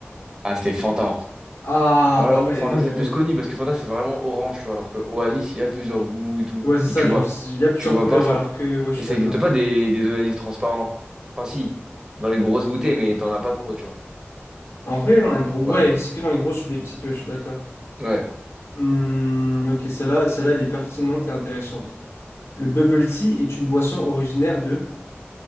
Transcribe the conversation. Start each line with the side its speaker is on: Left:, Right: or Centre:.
Right: Ah, c'était Fanta.
Left: Ah,
Right: Ouais,
Left: bah ouais.
Right: Fanta,
Left: oh.
Right: c'est plus connu parce que Fanta, c'est vraiment orange, tu vois, alors que Oasis, il y a plusieurs goûts et tout.
Left: oh. Ouais, c'est ça.
Right: et tu
Left: Je
Right: vois,
Left: me suis- Il y a plusieurs
Right: tu vois
Left: couleurs
Right: pas fort.
Left: alors que. Ouais, je
Right: Et
Left: suis
Right: ça
Left: d'accord.
Right: n'existe pas des, des Oasis transparents. Enfin, si, dans les grosses bouteilles, mais t'en as pas trop, tu vois.
Left: En vrai, un gros... ouais,
Right: Ouais,
Left: c'est que dans les grosses ou les petites. Ouais, je suis d'accord.
Right: ouais.
Left: Hmm, ok, celle-là, celle-là, elle est pertinente et intéressante. Le bubble tea est une boisson originaire de.